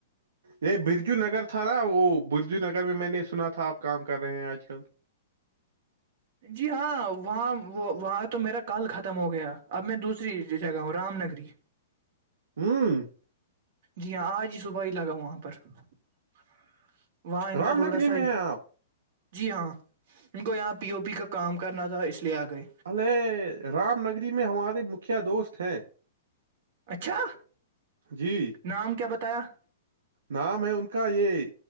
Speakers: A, on the right; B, on the right.
A: یہ برجو نگر تھا نا وہ برجو نگر میں میں نے سنا تھا آپ کام کر رہے ہیں آج کل
B: جی ہاں وہاں وہ وہاں تو میرا کال <unintelligible> خم ہو گیا اب میں دوسری جگہ ہوں رام نگری
A: ہوں <unintelligible>
B: جی ہاں آج ہی صبح ہی لگا ہووں آاں پ پر <unintelligible> وہاں ان
A: رام
B: کا تھوڑا
A: نگری
B: سا
A: میں
B: ہی
A: ہیں آپ
B: جی ہاں ان کو یہاں پہ پی او پی کا کام کرنا تھا اس لیے آ گئے
A: اللے رام نگری میں ہمارے مکھیا دوست ہیں
B: اچھا
A: جی
B: نام کیا بتا کتہ <unintelligible>
A: نام ہے ان کا یہ